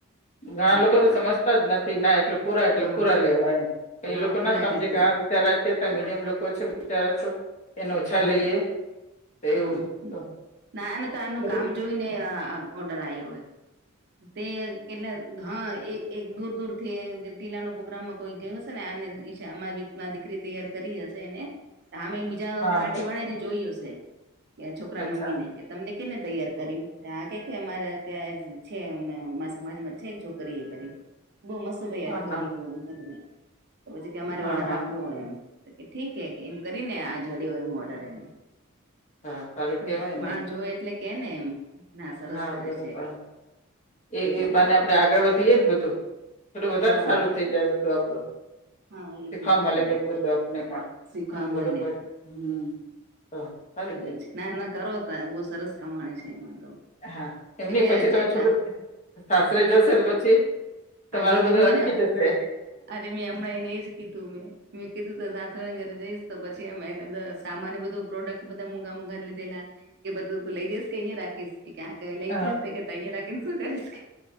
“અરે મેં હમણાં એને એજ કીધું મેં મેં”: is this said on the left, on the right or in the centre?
Right